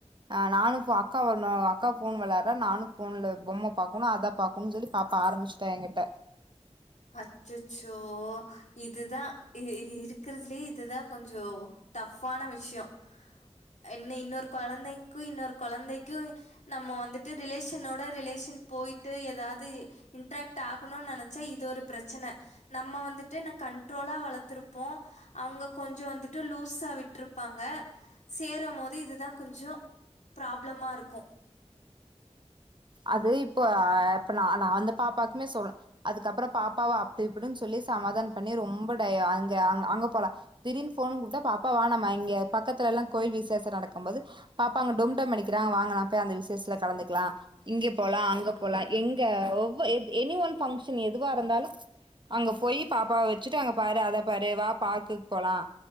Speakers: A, on the right; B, on the left.
A: அஹ் நானும் இப்ப அக்கா வரணும் அக்கா ஃபோன் விளாடுற நானும் ஃபோன்ல பொம்ம பாக்கணும் அத பாக்கணும் சொல்லி பா ப்ப ஆரம்பிச்சிட்டா என்கிட்ட
B: அச்சச்சோ இதுதான் இருக்கிறதுலயே இதுதான் கொஞ்சம் டஃப்பான விஷயம் என்ன இன்னொரு கொழந்தைங்க க்கு இன்னொரு குழந்தைக்கும் நம்ம வந்துட்டு ரிலேஷனோட ரிலேஷன் போயிட்டு ஏதாவது இன்ட்ராக்ட் ஆகணும்னு நினைச்சா இது ஒரு பிரச்சன நம்ம வந்துட்டு என் கண்ட்ரோலா வளர்த்திருப்போம் அவுங்க கொஞ்சம் வந்துட்டு லூஸா விட்டுருப்பாங்க சேரும் போது இதுதான் கொஞ்சம் ப்ராப்ளமா இருக்கும்
A: அது இப்போ இப்ப ந நான் வந்து பாப்பாவுக்குமே சொல்லே அதுக்கப்புறம் பாப்பாவை அப்படி இப்படின்னு சொல்லி சமாதானம் பண்ணி ரொம்ப டய அங்க அங்க போலாம் திடீர்னு ஃபோன்னு கூப்பிட்டா பாப்பா வா நம்ம இங்க பக்கத்துல எல்லாம் கோயில் விசேஷம் நடக்கும் போது பாப்பா அங்க டும்டும் அடிக்கிறாங்க வாங்க நா போ அந்த விசேஷத்துல கலந்துக்கலாம் இங்க போலாம் அங்க போலாம் எங்க ஒவ் எனி ஒன் ஃபங்க்ஷன் எதுவா இருந்தாலும் அங்க போய் பாப்பாவ வச்சுட்டு அங்க பாரு அத பாரு வா பார்க்குக்கு போலாம்